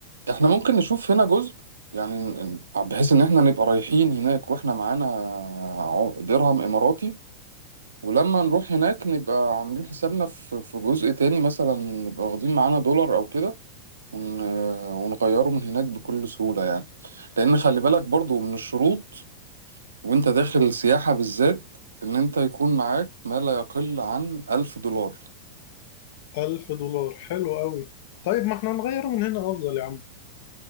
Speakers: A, on the right; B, on the left.
A: احنا ممكن نشوف هنا جزء يعني ن- ن- بحيث ان احنا نبقى رايحين هناك واحنا معانا عو- درهم اماراتي ولما نروح هناك نبقى عاملين حسابنا في في جزء تاني مثلا نبقى واخدين معانا دولار او كده ون- ونغيره من هناك بكل سهولة يعني لان خلي بالك برضو من الشروط وانت داخل السياحة بالذات ان انت يكون معاك ما لا يقل عن ألف دولار
B: ألف دولار حلو أوي طيب ما احنا نغيره من هنا أفضل يا عم